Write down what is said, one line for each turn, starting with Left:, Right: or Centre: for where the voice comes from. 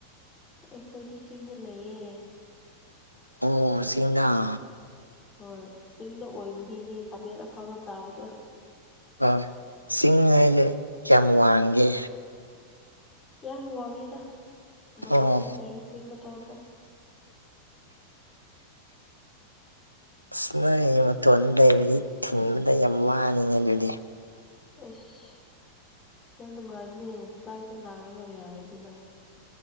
Left: ꯑꯩꯈꯣꯏꯗꯤ ꯆꯤꯡꯗ ꯂꯩꯌꯦ
Right: ꯑꯣ ꯁꯤꯁꯤꯡꯗꯥ
Left: ꯍꯣꯏ ꯆꯤꯡꯗ ꯑꯣꯏꯕꯒꯤꯅꯦ ꯈꯥꯃꯦꯟ ꯑꯈꯥꯕ ꯆꯥꯕꯗꯣ
Right: ꯍꯣꯏ ꯁꯤꯡꯉꯥꯏꯁꯦ ꯀꯌꯥꯝ ꯋꯥꯡꯒꯦ
Left: ꯀꯌꯥ ꯃꯨꯒꯦꯗ ꯃꯇꯣ
Right: ꯑꯣ
Left: ꯋꯥꯗ ꯂꯩꯁꯤꯡ ꯃꯇꯣꯗ <unintelligible>
Right: ꯑꯅ ꯑꯩ ꯃꯇꯣꯟꯗ ꯗꯔꯗꯤ ꯊꯤꯟꯕꯗ ꯌꯥꯝ ꯋꯥꯅꯤꯡꯉ ꯑꯗꯨꯗꯤ
Left: ꯑꯁ ꯌꯥꯝ ꯅꯨꯡꯉꯥꯏꯕꯅꯦ ꯐ꯭ꯂꯥꯏꯠꯇ ꯂꯥꯛꯔꯒ ꯌꯥꯏ ꯑꯗꯨꯅ